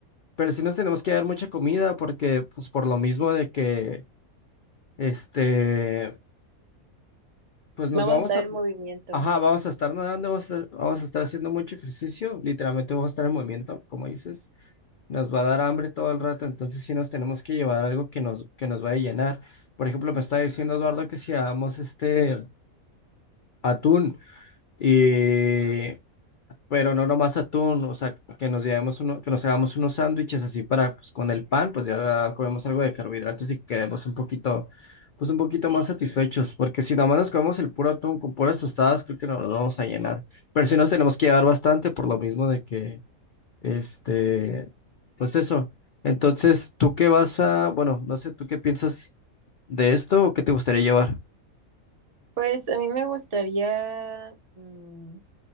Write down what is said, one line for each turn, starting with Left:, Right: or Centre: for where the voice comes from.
Left: Pero sí nos tenemos que dar mucha comida, porque pues por lo mismo de que, este... Pues nos
Right: Vamos
Left: vamos
Right: a estar
Left: a,
Right: en movimiento.
Left: ajá, vamos a estar nadando, vamos a, vamos a estar haciendo mucho ejercicio, literalmente vamos a estar en movimiento, como dices, nos va a dar hambre todo el rato, entonces sí nos tenemos que llevar algo que nos, que nos vaya a llenar. Por ejemplo, me está diciendo Eduardo que si hagamos este atún y pero no nomás atún, o sea, que nos llevemos uno, que nos hagamos unos sándwiches así para, pues con el pan, pues ya comemos algo de carbohidratos y quedemos un poquito, pues un poquito más satisfechos, porque si nomás nos comemos el puro atún con puras tostadas, creo que no nos vamos a llenar, pero si nos tenemos que llevar bastante por lo mismo de que, este, pues eso. Entonces, ¿tú qué vas a, bueno, no sé, ¿tú qué piensas de esto o qué te gustaría llevar?
Right: Pues a mí me gustaría, mm,